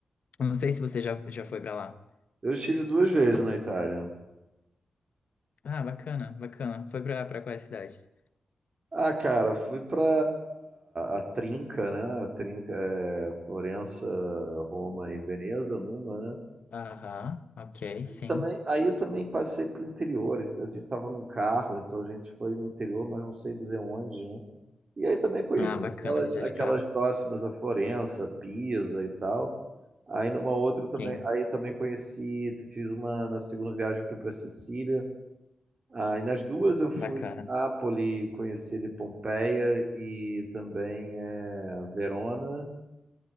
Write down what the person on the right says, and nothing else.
Eu estive duas vezes na Itália.
Ah, cara, fui pra a Trinca, né? A Trinca é Florença, Roma e Veneza, numa, né?
Também, aí eu também passei pro interior. A gente estava num carro, então a gente foi no interior, mas não sei dizer onde, né? E aí também conheci
aquelas,
aquelas
próximas a Florença, Pisa e tal. Aí numa outra também,
aí também conheci, fiz uma na segunda viagem fui pra Sicília. Ah, e nas duas eu fui
a Nápoles, conheci de Pompeia e também é, Verona,